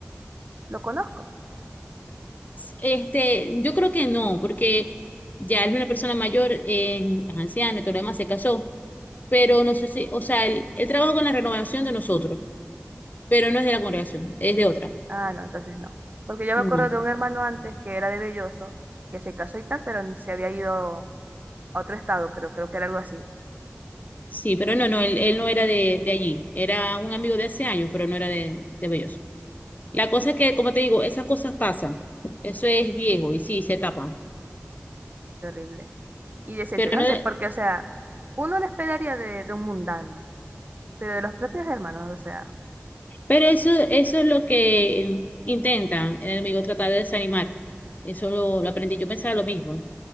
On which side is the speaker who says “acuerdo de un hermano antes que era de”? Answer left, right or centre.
Right